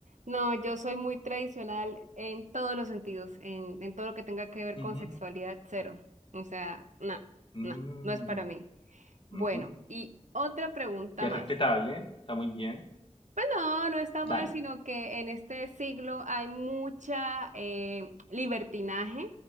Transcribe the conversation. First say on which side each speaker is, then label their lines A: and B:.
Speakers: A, on the right (about 85°); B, on the left (about 45°).
A: no, yo soy muy tradicional en todos los sentidos, en, en todo lo que tenga que ver
B: Ujú,
A: con sexualidad, cero. O sea, no,
B: mm,
A: no, no es para mí. Bueno,
B: ujú.
A: y otra pregunta
B: Que
A: más.
B: es respetable, está muy bien.
A: Pues no, no está
B: Dale.
A: mal, sino que en este siglo hay mucha eh, libertinaje,